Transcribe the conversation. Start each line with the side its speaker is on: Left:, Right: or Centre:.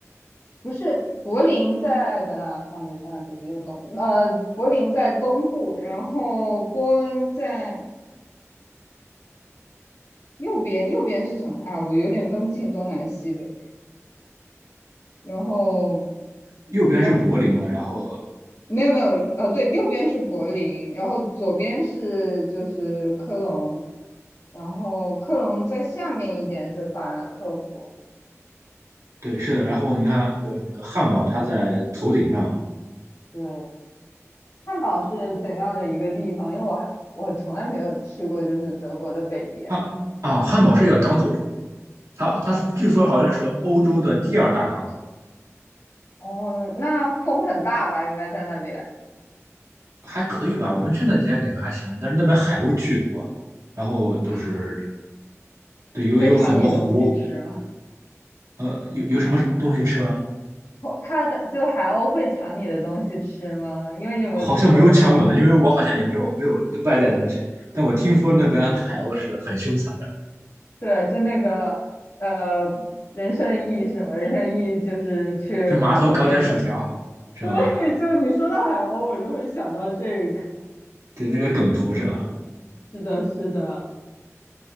Left: 不是，柏林在等等，上面现在就是右东，呃，柏林在东部，然后波恩在右边，右边是什么啊？我有点分不清东南西北。然后，
Right: 右边是柏林嘛，
Left: 然后
Right: 然后
Left: 没有没有，呃，对，右边是柏林，然后左边是就是科隆，然后科隆在下面一点是法兰克福。
Right: 对，是的，然后你看那个那个汉堡，它在头顶上，
Left: 对，汉堡是怎样的一个地方？因为我还我从来没有去过，就是德国的北边。
Right: 汉啊，
Left: 呢。
Right: 汉堡是一个港口它它据说好像是欧洲的第二大港口，
Left: 哦，那风很大吧？应该在那边
Right: 还可以吧？我们去那几天感觉还行，但是那边海鸥巨多，然后就是
Left: 啊，
Right: 对，有有很多湖，
Left: 会抢你东西吃吗？
Right: 呃，有有什么东西吃吗？
Left: 哦它的就海鸥会抢你的东西吃吗？因为你有没有听说过那个？
Right: 好像没有抢我的，因为我好像也没有没有外带东西，但我听说那边海鸥是很凶残的，
Left: 对，就那个呃，人生的意义是什么？人生的意义就是去码头边找。
Right: 就码头搞点薯条是吗？
Left: <laughs> 对，就你说到海鸥，我就会想到这个。
Right: 对，那个梗图是吗？
Left: 是的，是的，